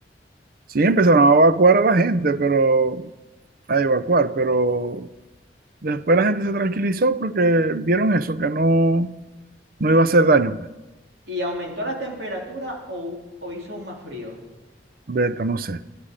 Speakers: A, on the right; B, on the right.
A: Sí, empezaron a evacuar a la gente, pero a evacuar, pero después la gente se tranquilizó porque vieron eso, que no, no iba a hacer daño. pues.
B: ¿Y aumentó la temperatura o, o hizo aún más frío?
A: Beta, no sé.